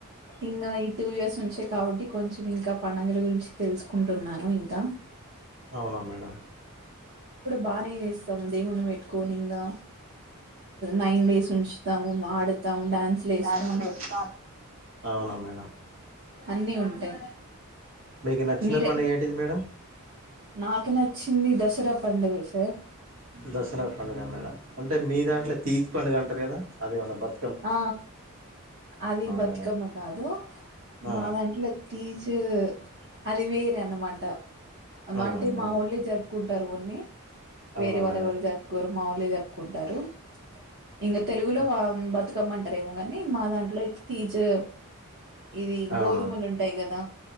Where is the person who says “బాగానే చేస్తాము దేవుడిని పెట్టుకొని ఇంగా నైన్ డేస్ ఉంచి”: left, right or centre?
Right